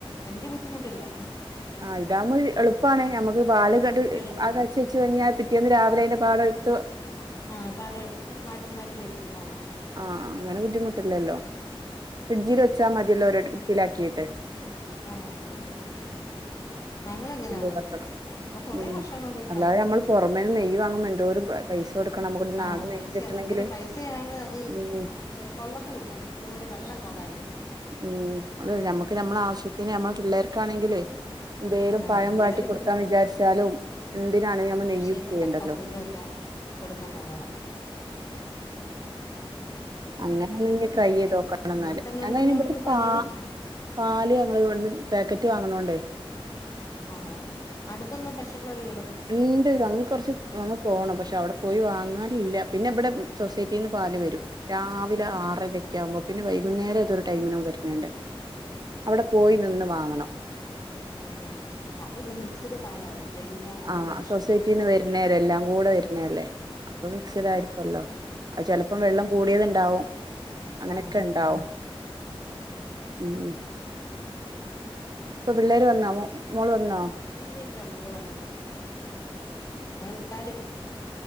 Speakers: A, on the left; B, on the right.
A: വല്യ ബുദ്ധിമുട്ടല്ല
B: ആഹ് ഇതാ എളുപ്പണ ഞമ്മക്ക് ബാല് ക
A: എളുപ്പാണ്
B: ആ കഴ വെച്ച് <unintelligible> കഴിഞ്ഞാ പിറ്റേന്ന് രാവിലെ അതിന്റെ പാട എടുത്തു
A: ആഹ പടം എടുത്ത് മാറ്റി മാറ്റി വെച്ചിരുന്നാൽ മതി
B: ആഹ അങ്ങനെ ബുദ്ധിമുട്ടില്ലല്ലോ
A: ഉം ഉം
B: ഫ്രിഡ്ജിൽ വച്ചാ മതിയല്ലോ ഒരു കുപ്പിലാക്കിട്ട്
A: ആഹ അതെ അതെ ഞങ്ങൾ എങ്ങനെയ ഇവിടെന്നിരിക്കുന്നത്
B: ഇതാക്കണം
A: ഇപ്പൊ കൊറെ
B: ഉം
A: വർഷം കൊണ്ട് ഇപ്പ
B: അല്ലാതെ
A: അങ്ങനെ എവിടുക്കുന്നത്
B: നമ്മൾ പുറമേന്ന് നെയ്യ് വാങ്ങുമ്പോ എന്തോരം പൈസ കൊടുക്കണം നമുക്ക്
A: ആഹ
B: നാടൻ
A: പൈസ
B: നെയ്യ് കിട്ടണെങ്കില്
A: ഭയങ്കര പൈസയാണ് അത്
B: ഉം
A: കൊള്ളത്തുമില്ല ഒരുമാതിരി വെള്ളക്കളറാആയിരിക്കത്തിന്
B: ഉം അത നമ്മുക്ക് നമ്മള ആവശ്യത്തിന് നമ്മള് പിള്ളേർക്കാണെങ്കില് എന്തേലും
A: ആഹ
B: പഴം
A: പിള്ളേർക്കൊക്കെ
B: വാട്ടി കൊടുക്കാൻ
A: കൊടുക്കും
B: വിചാരിച്ചാലും എന്തിനാണ് നമ്മൾ
A: ദോശയിലും
B: നെയ്യ് യൂസ് ചെയ്യണ്ടല്ലോ
A: ചപ്പാത്തിയിലും ഒക്കെ കൊടുക്കാൻ നല്ലതാണ്
B: അങ്ങനെ
A: പിന്നെന്ത്
B: ഒന്ന് ട്രൈ
A: പിന്നെ
B: ചെയ്ത്
A: എന്ത്
B: നോക്കണം
A: ഇങ്ങനത്തെ
B: എന്നല് ഞ
A: നൂണുക്ക്
B: ഇവിടുത്തെ
A: പണികളുണ്ട്
B: പ പാല് അങ്ങ ഇ പാക്കറ്റ് വാങ്ങണോണ്ടേ
A: ആഹാ അടുത്തൊന്നും പശുക്കള്
B: ഉണ്ട് അങ്ങ് കുറച്ച് അങ്ങ് പോണം പക്ഷെ അവിടെ പോയി വാങ്ങാൻ ല്ല പിന്നെ ഇവിടെ സൊസൈറ്റിന്ന് പാല് വരും രാവിലെ
A: ആഹ്
B: ആറരക്കെ ആവുമ്പോ പിന്നെ വൈകുന്നേരം ഇതൊരു ടൈമിനും വരുന്നുണ്ട് അവിടെ പോയി നിന്ന് വാങ്ങണം
A: ഉ അതല്ല മിക്സഡ് പാലായിരിക്കും എല്ലാ എല്ലാ
B: ആഹ
A: പശുക്കളുടെയും
B: സൊസൈറ്റിന്ന്
A: കൂടെ ഒരുമിച്ച്
B: വരുന്നേല്ലേ എല്ലാം കൂടെ വരുന്നേല്ലേ അപ്പൊ മിക്സഡ്
A: ഉം
B: ആയിരിക്കുമല്ലോ അത് ചെലപ്പോം വെള്ളം കൂടിയത് ഉണ്ടാവും അങ്ങനെയൊക്കെ
A: ആഹ്
B: ഉണ്ടാവും
A: ഉം
B: ഉ ഉ
A: ഉ
B: പിള്ളേര് വന്നോ മോള് വന്നോ
A: ഇല്ല ഇല്ല മോള് വന്നില്ല ഇച്ചിരിടെ കഴി ന തത് <unintelligible>